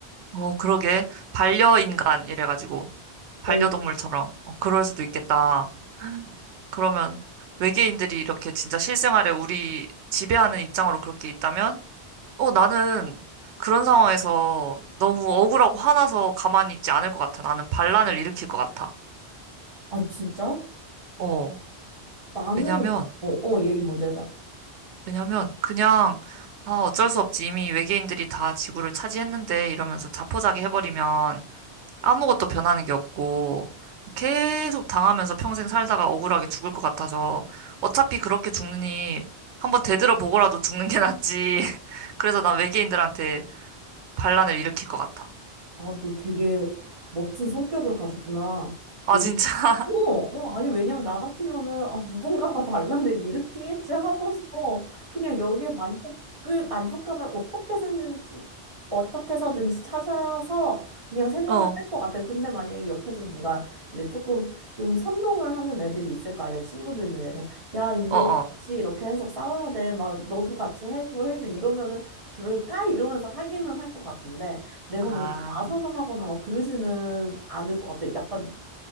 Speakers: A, on the right; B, on the right.
A: 어, 그러게. 반려인간 이래가지고. 반려동물처럼.
B: 어,
A: 어, 그럴 수도 있겠다. 그러면 외계인들이 이렇게 진짜 실생활에 우리 지배하는 입장으로 그렇게 있다면, 어, 나는 그런 상황에서 너무 억울하고 화나서 가만히 있지 않을 것 같아. 나는 반란을 일으킬 것 같아.
B: 아, 진짜?
A: 어,
B: 나는,
A: 왜냐면,
B: 어, 어, 얘기 먼저 해봐.
A: 왜냐면, 그냥, 아, 어쩔 수 없지. 이미 외계인들이 다 지구를 차지했는데 이러면서 자포자기 해버리면 아무것도 변하는 게 없고 계속 당하면서 평생 살다가 억울하게 죽을 것 같아서 어차피 그렇게 죽느니 한번 되들어보고라도 죽는 게 낫지. <laughs> 그래서 난 외계인들한테 반란을 일으킬 것 같아.
B: 아, 너 되게 멋진 성격을 가졌구나.
A: 아,
B: 왜냐
A: 진짜?
B: 어, 어, 아니, 왜냐면 나 같으면은, 아, 누군가가
A: <laughs>
B: 반란을 일으키겠지 하고서, 그냥 여기에 만족을, 만족감을 어떻게 든 어떻게 해서든지 찾아서 그냥 생활을
A: 어,
B: 할 것 같아. 근데 만약에 옆에서 누가 이제 조금 좀 선동을 하는 애들이 있을 거 아니야, 친구들 중에서. 야, 이거
A: 어, 어.
B: 같이 이렇게 해서 싸워야 돼. 막, 너도 같이 해줘, 해줘. 이러면은, 그럴까? 이러면서 하기는 할 것 같은데, 내가
A: 아,
B: 먼저 나서서 하거나 막 그러지는 않을 것 같아. 약간